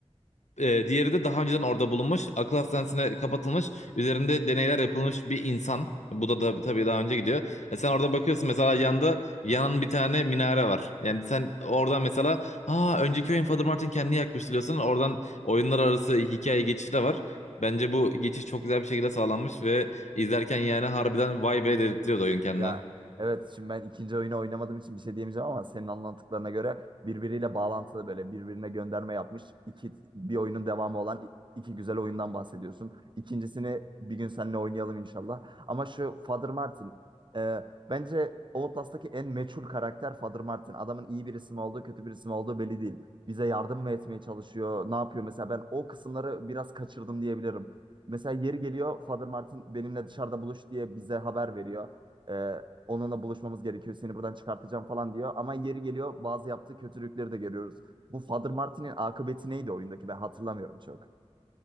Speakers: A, on the left; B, on the right.
A: e, diğeri de daha önceden orada bulunmuş, akıl hastanesine kapatılmış, üzerinde deneyler yapılmış bir insan. Bu da, da tabii daha önce gidiyor. E, sen orada bakıyorsun mesela yanında yanan bir tane minare var. Yani sen oradan mesela ha önceki oyun Father Martin kendini yakmıştı diyorsun. Oradan oyunlar arası hikaye geçişi de var. Bence bu geçiş çok güzel bir şekilde sağlanmış ve izlerken yani harbiden vay be dedirtiyordu oyun kendine.
B: Ya evet şimdi ben ikinci oyunu oynamadığım için bir şey diyemeyeceğim ama senin anlattıklarına göre birbiriyle bağlantılı böyle birbirine gönderme yapmış iki bir oyunun devamı olan i- iki güzel oyundan bahsediyorsun. İkincisini bir gün seninle oynayalım inşallah. Ama şu Father Martin e, bence Outlast'taki en meçhul karakter Father Martin. Adamın iyi bir isim olduğu kötü bir isim olduğu belli değil. Bize yardım mı etmeye çalışıyor? Ne yapıyor? Mesela ben o kısımları biraz kaçırdım diyebilirim. Mesela yeri geliyor Father Martin benimle dışarıda buluş diye bize haber veriyor. Ee, onunla buluşmamız gerekiyor. Seni buradan çıkartacağım falan diyor. Ama yeri geliyor bazı yaptığı kötülükleri de görüyoruz. Bu Father Martin'in akıbeti neydi oyundaki? Ben hatırlamıyorum çok.